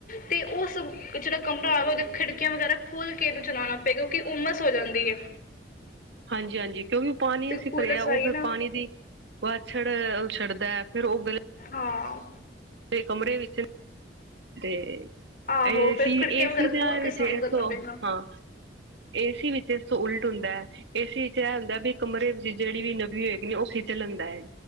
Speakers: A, on the left (about 50°); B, on the right (about 80°).
A: ਤੇ ਉਹ ਜਿਹੜਾ ਕਮਰਾ ਆ ਉਹਦੀ ਖਿੜਕੀਆਂ ਵਗੈਰਾ ਖੋਲ ਕੇ ਇਹਨੂੰ ਚਲਾਉਣਾ ਪਏ ਕਿਉਂਕਿ ਉਮਸ ਹੋ ਜਾਂਦੀ ਹੈ।
B: ਹਾਂਜੀ- ਹਾਂਜੀ। ਕਿਉਂਕਿ ਉਹ ਪਾਣੀ ਅਸੀਂ
A: ਕੂਲਰ
B: ਭਰਿਆ,
A: ਚਲਾਈਏ
B: ਉਹ ਫਿਰ
A: ਨਾ
B: ਪਾਣੀ ਦੀ ਵਾਛੜ, ਉਛੜਦਾ ਹੈ ਫ਼ਿਰ ਉਹ ਗਲੀ
A: ਹਾਂ।
B: ਤੇ ਕਮਰੇ ਵਿੱਚ ਤੇ
A: ਆਹੋ
B: ਏਸੀ
A: ਫਿਰ ਖਿੜਕੀਆਂ
B: -ਏਸੀ
A: ਵਗੈਰਾ
B: ਦਾ
A: ਖੋਲ੍ਹ ਕੇ ਸਾਨੂੰ ਕਰਨਾ
B: ਤੋ,
A: ਪਏਗਾ
B: ਹਾਂ। ਏਸੀ ਵਿੱਚ ਇਸ ਤੈ ਉਲਟ ਹੁੰਦਾ ਹੈ। ਏਸੀ ਵਿੱਚ ਇਹ ਹੁੰਦਾ ਹੈ ਥਈ ਕਮਰੇ ਵਿੱਚ ਜਿਹੜੀ ਵੀ ਨਮੀ ਹੋਏਗੀ ਉਹ ਚੱਲਣਦਾ ਹੈ।